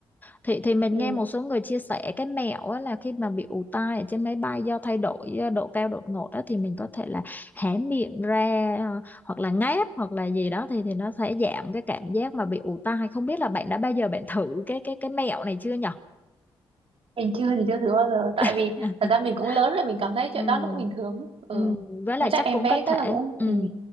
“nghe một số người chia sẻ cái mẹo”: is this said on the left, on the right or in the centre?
Left